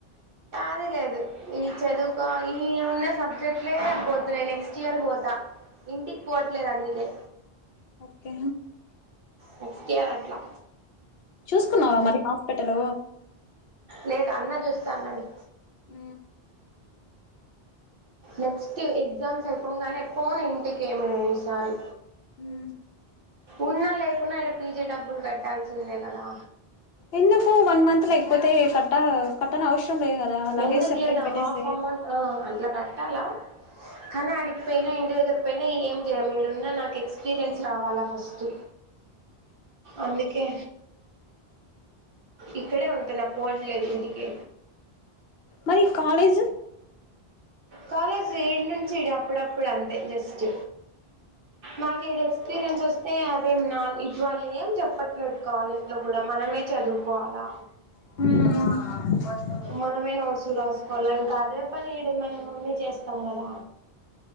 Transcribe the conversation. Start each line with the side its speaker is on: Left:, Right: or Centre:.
Right: ఇది లేదు చదువుక ఈ ఉన్న సబ్జెక్ట్లే పోతు నెక్స్ట్ ఇయర్ పోతా ఇంటికి పోవట్లేదు అందుకే
Left: ఓకే
Right: నక్స్ కేయర్ అట్లా
Left: చూసుకున్నావా మరి హాస్పిటల్
Right: లేదు అన్న చూస్తా అన్నాడు
Left: ఆ
Right: నెక్స్ట్ ఎగ్జామ్స్ అయిపోంగానే పోోన్ ఇంటికి ఏమి నను ఈసారి
Left: ఉ
Right: ఉన్నా లేకున్నా ఇక్కడ పీజే డబ్బులు కట్టాల్సిందే కదా
Left: ఎందుకో వన్ మంత్ లో లేకపోతే కట్ట కట్టన అవసరం లేదు కదా లగేజ్
Right: ఎందుకు
Left: సెపరేట్
Right: లేదా
Left: పెట్టేసి
Right: హాఫ్ అమౌంట్ ఆ, అట్లా కట్టాలా కానీ అడిగిపోయినా ఇంటి దగ్గర పోయినా ఏం చేయలేడున్నా నాకు ఎక్స్పీరియన్స్ రావాలా ఫస్ట్ అందుకే ఇక్కడే ఉంటన్నా పోవట్లేదు ఇందుకే
Left: మరి కాలేజ్
Right: కాలేజ్ ఏంట డు అప్పుడప్పుడు అంతే జస్ట్ నాకు ఈడు ఎక్స్పీరియన్స్ వస్తు అదేం నా ఇటీవళ ఏం చెప్పట్లేదు కాలేజ్లో కూడా మనమే చదువుకోవాలా
Left: <inaudible>
Right: మనమే నోట్స్లు రాసుకోవాలి ఇంకా అదే పని ఈడది మనం ఉన్ని చేస్తాం కదా